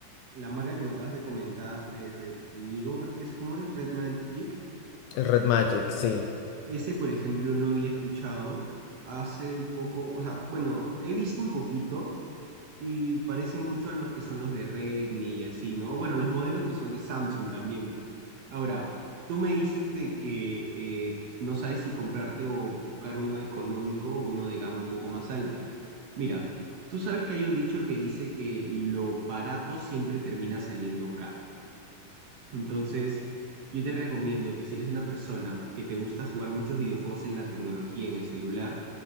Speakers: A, on the right; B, on the left.
A: la marca que me acabas de comentar de Redmigo, creo que es, ¿cómo es? Red Magic.
B: el Red Magic, sí.
A: Ese, por ejemplo, no había escuchado hace un poco, o sea, bueno, he visto un poquito y parece mucho a los que son los de Redmi y así, ¿no? Bueno, los modelos que son de Samsung también, ¿no? Ahora, tú me dices de que eh, no sabes si comprarte o buscar uno económico o uno de gama un poco más alta. Mira, tú sabes que hay un dicho que dice que lo barato siempre termina saliendo caro. Entonces, yo te recomiendo que si eres una persona que te gusta jugar muchos videojuegos en la tecnología, en el celular,